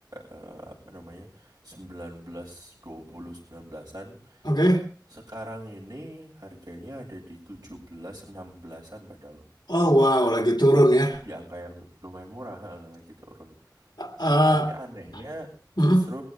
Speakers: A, on the right; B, on the left.
A: eh, apa namanya 19 20 19-an
B: oke.
A: Sekarang ini harganya ada di tujuh belas enam belasan padahal.
B: Oh wow, lagi turun
A: Itu
B: ya.
A: di angka yang lumayan murah, heeh, lagi turun.
B: Eh,
A: Tapi anehnya
B: mm,
A: justru